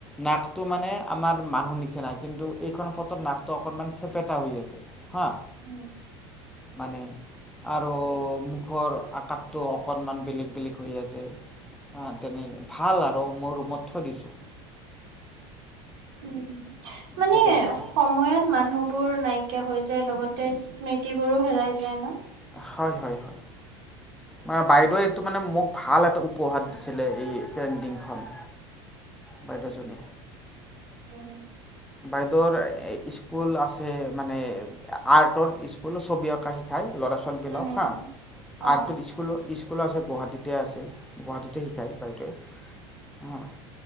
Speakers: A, in the centre; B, on the right (about 80°).
A: নাকটো মানে আমাৰ মানুহ নিচিনা, কিন্তু এইখন ফটত নাকটো অকণমান চেপেটা হৈ আছে হা'।
B: উম,
A: মানে আৰু মুখৰ আকাৰটো অকণমান বেলেগ বেলেগ হৈ আছে। তেনে ভাল আৰু মোৰ ৰুমত থৈ দিছোঁ।
B: উম, মানে
A: ফটোখন।
B: সময়ত মানুহ বোৰ নাইকিয়া হৈ যায়, লগতে স্মৃতি বোৰো হেৰাই যায় ন?
A: হয়, হয়, হয়। মানে বাইদেৱে এইটো মানে মোক ভাল এটা উপহাৰ দিছিলে, এই পেইণ্টিংখন। বাইদেউজনীয়ে।
B: উম,
A: বাইদেউৰ স্কুল আছে মানে আৰ্টৰ স্কুল ছবি অঁকা শিকাই ল'ৰা ছোৱালীবিলাক
B: উম
A: হা।
B: অ
A: আৰ্টৰ স্কুল স্কুলো স্কুলো আছে গুৱাহাটীতে আছে। গুৱাহাটীতে শিকায় বাইদেৱে হুম।